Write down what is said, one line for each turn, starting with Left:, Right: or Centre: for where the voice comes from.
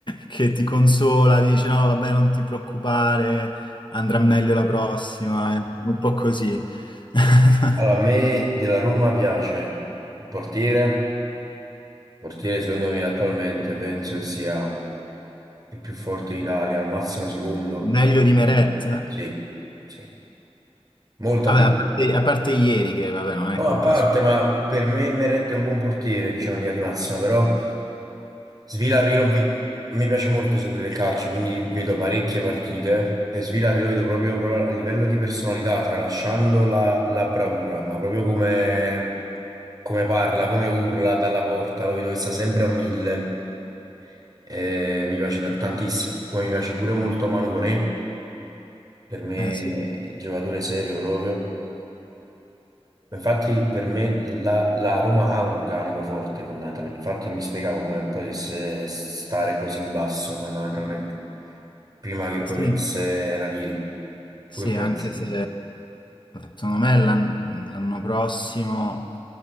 Left: che ti consola, dice no, vabbè, non ti preoccupare, andrà meglio la prossima, è un po' così. <laughs>
Right: Allora, a me della Roma piace il portiere. Il portiere, secondo me, attualmente penso che sia il più forte in Italia, al massimo secondo.
Left: Meglio
Right: Ma secondo
Left: di Meret?
Right: me
Left: Vabbè,
Right: sì, sì, molta
Left: a
Right: più.
Left: parte, a parte ieri che, vabbè, non
Right: No,
Left: è colpa
Right: a parte,
Left: sua.
Right: ma per me Meret è un buon portiere, diciamo in linea di massima, però Svilarri l'ho vi- mi piace molto seguire il calcio, quindi vedo parecchie partite e Svilarri lo vedo proprio, proprio a livello di personalità, tralasciando la, la bravura, ma proprio come come parla, come urla dalla porta, lo vedo che sta sempre a mille, eh, mi piace t- tantissimo, come mi piace pure molto Manu Koné, per me
Left: Eh sì.
Right: è un giocatore serio proprio, infatti per me la, la Roma ha un organico forte fondamentalmente, infatti non mi spiegavo come potesse stare così in basso fondamentalmente, prima che poi
Left: Sì.
Right: venisse Ranieri,
Left: Sì,
Right: tu che pensi?
Left: anche se secondo me l'an- l'anno prossimo